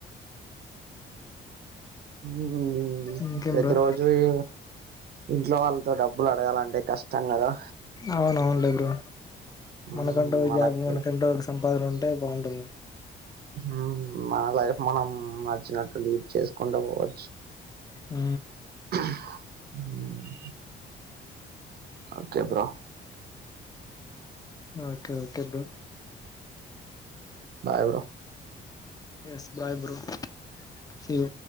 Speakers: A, on the right (about 55°); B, on the left (about 20°).
A: <inaudible>
B: ఇంకేం
A: ప్రతి
B: బ్రో
A: రోజూ ఏ ఇంట్లో వాళ్ళతో డబ్బులు అడగాలంటే కష్టం కదా
B: అవునవును లే వీరు
A: ఉమ్
B: మనకంటే
A: మనకి
B: జాబ్ <unintelligible> సంపాదన ఉంటే బావుంటుం
A: హుమ్ మన లైఫ్ మనం నచ్చినట్టు లీడ్ చేసుకుంటా పోవచ్చు
B: ఊ
A: ఊహూ అంతే bro
B: okay okay bro
A: bye bro
B: yes bye bro see you